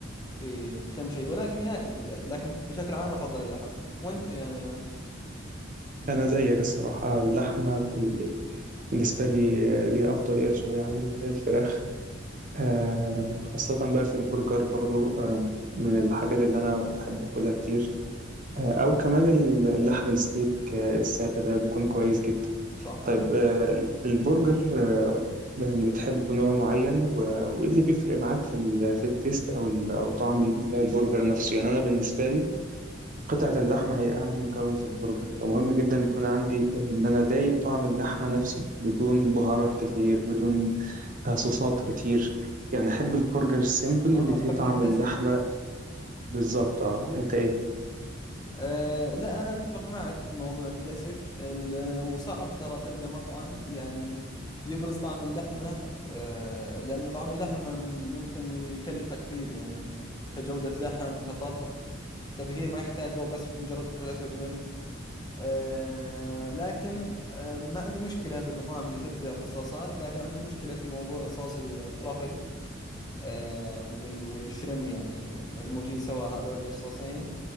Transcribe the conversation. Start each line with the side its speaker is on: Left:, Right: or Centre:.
Left: في كم شيء ولكن ياكل الدجاج لكن بشكل عام أفضل اللحم وأنت يا أيمن
Right: أنا زيك الصراحة اللحمة في... بالنسبة لي آه، ليها أفضلية شوية عن ال- الفراخ آه، خاصة بقى في البرجر برضو آم، من الحاجات اللي أنا بحب أكلها كتير آه، أو كمان اللحم الستيك آه، السادة ده بيكون كويس جدا
Left: صح
Right: طيب آه، البرجر آه، يعني بتحب نوع معين و- وايه اللي بيفرق معاك في ال- في التيست او ال- او طعم ال- البرجر نفسه يعني انا بالنسبه لي قطعه اللحمه هي اهم مكون في البرجر فمهم جدا يكون عندي ان انا ضايق طعم اللحمه نفسه بدون بهارات كتير بدون آه، صوصات كتير يعني احب البرجر السيمبل
Left: آه
Right: اللي فيه
Left: تحب
Right: طعم
Left: الكلاسيك
Right: اللحمه بالظبط اه انت ايه
Left: أه لا أنا أتفق معك في موضوع الكلاسيك ال- وصعب ترى تلقى مطعم يعني يبرز طعم اللحمة أه لأن طعم اللحمة ممكن يكلفه كثير يعني كجودة لحم كطبخ تبهير ما يحتاج هو بس مجرد فلفل أسود وملح أه لكن أه ما عندي مشكلة بالمطاعم اللي تبدع في الصوصات لكن عندي مشكلة في موضوع صوص الترافل آه، وال- والشرم يعني مدموجين سوا هذول الصوصين